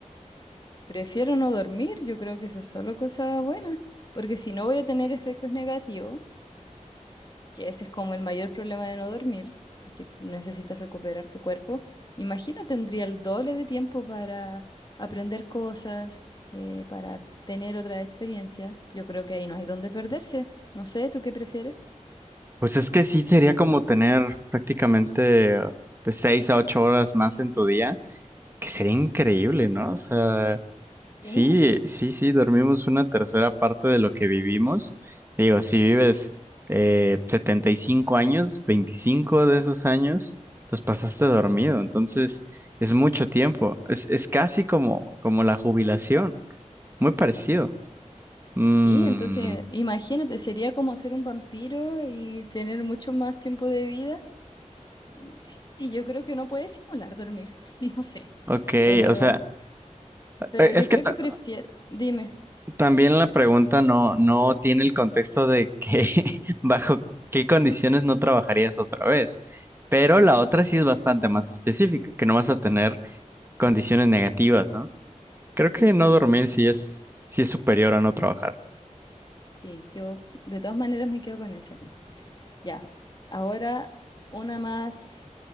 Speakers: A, on the left; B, on the right.
A: prefiero no dormir. Yo creo que eso es solo cosa buena, porque si no voy a tener efectos negativos. que ese es como el mayor problema de no dormir, porque tú necesitas recuperar tu cuerpo. Imagina, tendría el doble de tiempo para aprender cosas, eh, para tener otra experiencia. Yo creo que ahí no hay dónde perderse. No sé, ¿tú qué prefieres?
B: Pues es que sí sería como tener prácticamente eh, de seis a ocho horas más en tu día, que sería increíble, ¿no? O sea... Sí,
A: Sí,
B: sí, sí, dormimos una tercera parte de lo que vivimos. Digo, si vives eh, 75 años, 25 de esos años los pasaste dormido, entonces es mucho tiempo. Es, es casi como, como la jubilación, muy parecido. Mm,
A: sí, entonces imagínate, sería como ser un vampiro y tener mucho más tiempo de vida. Y y yo creo que uno puede simular dormir, <laughs> no sé,
B: ok,
A: pero,
B: o sea,
A: pero
B: eh,
A: yo
B: es que
A: creo
B: ta-
A: que prefiero, dime,
B: También la pregunta no, no tiene el contexto de que <laughs> bajo qué condiciones no trabajarías otra vez. Pero la
A: sí.
B: otra sí es bastante más específica, que no vas a tener condiciones negativas, ¿no? Creo que
A: ujú.
B: no dormir sí es, sí es superior a no trabajar.
A: Sí, yo de todas maneras me quedo con esa. Ya. Ahora una más,